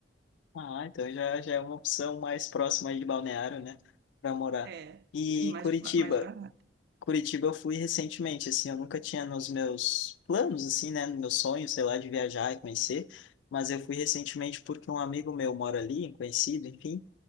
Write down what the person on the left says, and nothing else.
Ah, então já já é uma opção mais próxima aí de Balneário, né? Para morar.
E
Curitiba?
Curitiba eu fui recentemente, assim, eu nunca tinha nos meus planos, assim, né, no meu sonho, sei lá, de viajar e conhecer, mas eu fui recentemente porque um amigo meu mora ali, um conhecido, enfim,